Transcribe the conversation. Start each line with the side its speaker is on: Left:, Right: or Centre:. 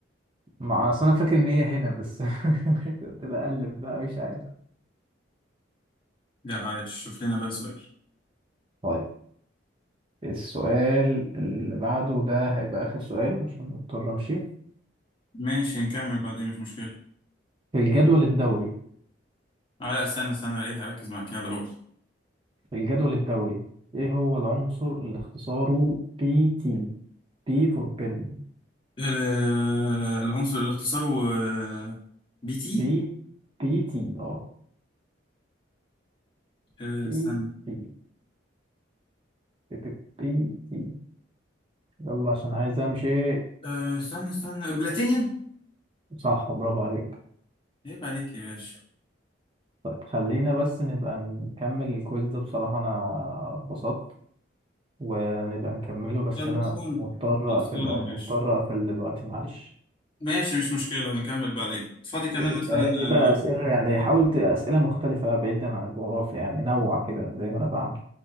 Right: ما اصل انا فاكر ان هي هنا بس <laughs> كنت بقلب بقى مش عارف
Left: <laughs> لا عايش شوف لنا بقى سؤال
Right: طيب السؤال اللي بعده ده هيبقى اخر سؤال عشان مضطر امشي
Left: ماشي نكمل بعدين مش مشكلة
Right: في الجدول الدوري
Left: اه لا استنى استنى ايه هركز معاك يلا قول
Right: في الجدول الدوري ايه هو العنصر اللي اختصاره بي تي بي فور بن
Left: آه، العنصر اللي اختصاره آه، بي تي
Right: بي بي تي اه
Left: آه،
Right: بي
Left: استنى
Right: تي بي تي بي تي يلا عشان عايز امشي
Left: آه، استنى استنى بلاتينيوم
Right: صح برافو عليك
Left: عيب عليك يا باشا
Right: طيب خلينا بس نبقى نكمل الكويز ده بصراحة انا اتبسطت ونبقى نكمله بس
Left: خلصانة
Right: أنا مضطر
Left: خلصانة
Right: أقفل أه
Left: يا باشا
Right: مضطر أقفل دلوقتي معلش
Left: ماشي مش مشكلة نكمل بعدين فاضي كمان
Right: جهز
Left: مثلا
Right: لي
Left: آه،
Right: بقى أسئلة يعني حاولت أسئلة مختلفة بقى بعيدا عن الجغرافيا يعني نوع كده زي ما أنا بعمل